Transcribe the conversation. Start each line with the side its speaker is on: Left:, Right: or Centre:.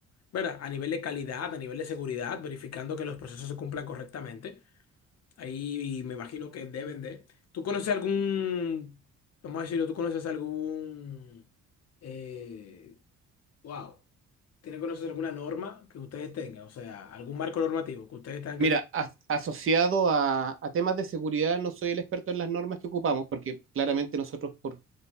Left: ¿verdad? A nivel de calidad, a nivel de seguridad, verificando que los procesos se cumplan correctamente. Ahí me imagino que deben de. ¿Tú conoces algún, vamos a decirlo, tú conoces algún, eh, wow, tienen que conocer alguna norma que ustedes tengan, o sea, algún marco normativo que ustedes tengan
Right: mira,
Left: que...
Right: as- asociado a, a temas de seguridad, no soy el experto en las normas que ocupamos, porque claramente nosotros, por